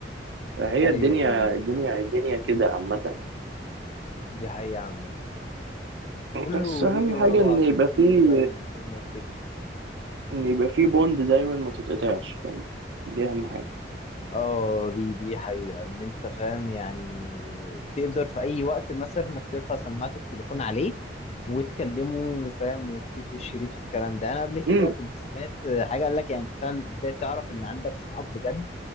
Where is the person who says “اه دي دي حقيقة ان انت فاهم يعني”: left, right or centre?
Left